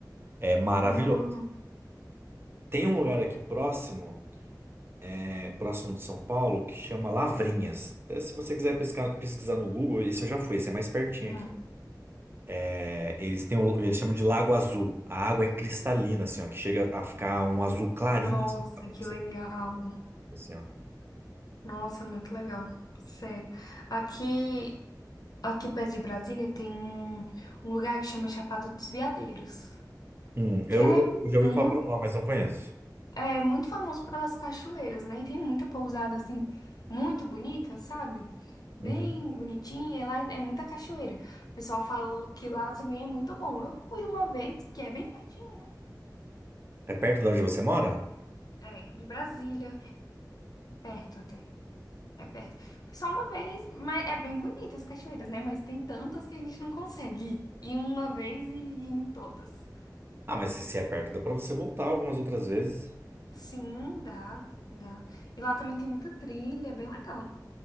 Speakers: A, on the right; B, on the left.
A: É maravilhoso.
B: Ah,
A: Tem um lugar aqui próximo é, próximo de São Paulo que chama Lavrinhas. É, Se você quiser pescar- pesquisar no Google, isso eu já fui, esse é mais pertinho
B: Hum.
A: aqui. É, eles têm o- eles chamam de Lago Azul. A água é cristalina, assim, ó, que chega a ficar um azul clarinho,
B: nossa,
A: assim, dá pra
B: que
A: você
B: legal.
A: assim, ó.
B: Nossa, muito legal. Sério. Aqui, aqui perto de Brasília tem um, um lugar que chama Chapada dos Veadeiros,
A: Hum, eu,
B: que é
A: eu já
B: muito,
A: ouvi falar pelo nome, mas não conheço.
B: é muito famoso pelas cachoeiras, né? E tem muita pousada assim, muito bonita, sabe? Bem
A: Uhum.
B: bonitinha, e lá é muita cachoeira. O pessoal fala que lá também é muito bom. Eu fui uma vez, porque é bem pertinho, né?
A: É perto de onde você mora?
B: É, de Brasília, perto até. É perto. Só uma vez, mas é bem bonita as cachoeiras, né? Mas tem tantas que a gente não consegue ir uma vez e ir em todas.
A: Ah, mas se, se é perto, dá pra você voltar algumas outras vezes.
B: Sim, dá, dá. E lá também tem muita trilha, é bem legal